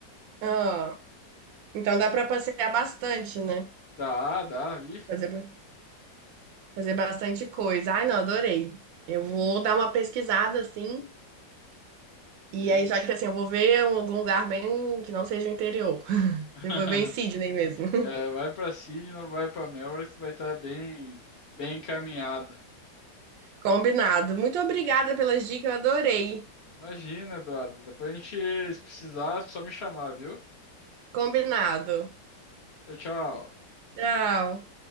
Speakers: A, on the right; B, on the left.
A: Ah, então dá pra passear bastante, né?
B: Dá, dá, ih,
A: Fazer, ba- fazer bastante coisa. Ai, não, adorei. Eu vou dar uma pesquisada assim.
B: beleza.
A: E aí, só que assim, eu vou ver um- algum lugar bem que não seja o interior. <laughs>
B: <laughs>
A: Eu vou ver em Sydney mesmo. <laughs>
B: É, vai pra Sydney, vai pra Melbourne, que tu vai estar bem, bem encaminhado.
A: Combinado. Muito obrigada pelas dicas, eu adorei.
B: Imagina, Eduardo. Depois a gente, se precisar, é só me chamar, viu?
A: Combinado.
B: Tchau, tchau.
A: Tchau.